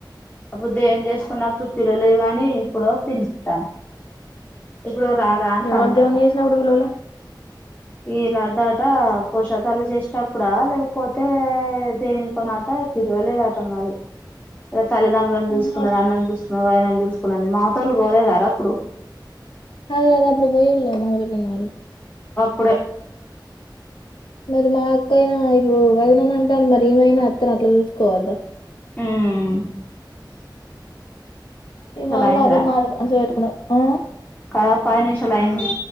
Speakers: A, on the left (about 20°); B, on the left (about 85°).
A: అప్పుడు దేం చేసుకున్నప్పుడు పిల్లలే గాని ఇప్పుడు పిల్లుత్త ఇప్పుడు రాదా అంటాంది
B: ఎవళ దేవుని
A: అట
B: చేసినప్పుడు పిలవలే
A: ఈ లడ్డాట పోషాపల్లి చేసేటప్పుడా లే పోతే దేనికొనట పిలువలేదట మరి ఏ తల్లిదండ్రులను పిలుసుకున్నది
B: ఆహా
A: అన్నన్ని పిలుసుకున్నది వదినని పిలుసుకున్నది మమతాలు పోలేదారా అప్పుడు
B: అదే అదే అప్పుడు పోయిర్లే మంగ పిన్ని వొళ్ళు
A: ప్పుడే
B: మరి మా అక్క అయినా ఇప్పుడు వదినని అంటాను మరి ఈమైనా అత్తను అట్లా చూసుకోవద్దా
A: మ్
B: ఇవాళ
A: అయిందిరా
B: అదే మారి మంచిగ పెటుకున్నాది ఆ
A: కద పది నిమిషాలు అయింది